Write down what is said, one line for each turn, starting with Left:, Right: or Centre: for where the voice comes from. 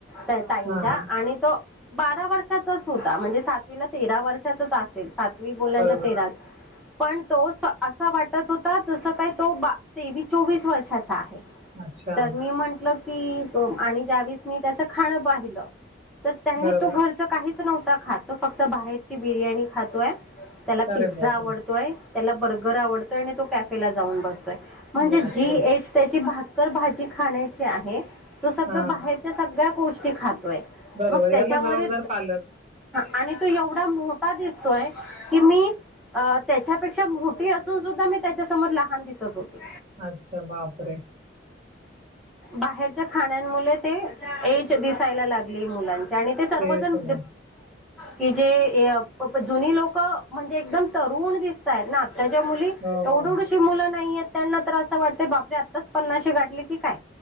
Centre: ताईंच्या
Right: हां, हां.
Centre: आणि तो बारा वर्षाचांच होता म्हणजे सातवीला तेरा वर्षाचांच असेलं सात मी बोलला
Right: बरोबर.
Centre: तर तेराच पण तो असां वाटत होता जस काय तो तेवीस, चोवीस वर्षांचा आहे.
Right: अच्छा.
Centre: तर मी म्हंटल की आणि ज्यावेळेस मी त्यांच खाण पाहिलं तर त्यांनी
Right: बरोबर.
Centre: तो घरचं काहीच नव्हता खातं तो फक्तं बाहेरची बिर्याणी खातोय त्याला
Right: अरे
Centre: पिझ्झा
Right: बापरे!
Centre: आवडतोय, त्याला बर्गर आवडतोय आणि तो कॅफेला जाऊन बसतोय. म्हणजे
Right: बापरे!
Centre: जी एच त्याची भाकर, भाजी खाण्याची आहे तो सगळं
Right: हां,
Centre: बाहेर सगळ्या गोष्टी खातोय
Right: बरोबर.
Centre: मग त्याच्यामध्ये
Right: याला जबाबदार पालक.
Centre: आणि तो एवढा मोठा दिसतोय की मी अ त्याच्यापेक्षा मोठी असून सुद्धा मी त्याच्यासमोर लहान दिसत होते.
Right: अच्छा बापरे.
Centre: बाहेरच्या खाण्यामुळे ते एज दिसायला लागली. मुलांच्या आणि ते सर्वजण
Right: तेच ना.
Centre: की जे जुंनी लोकं म्हणजे एकदम तरुण दिसतय ना आत्ताच्या मुली
Right: हो,
Centre: एवढ,
Right: हो.
Centre: एढुशी मुलं नाहीय त्यांना तर असं वाटत बापरे पन्नाशी गाठली की काय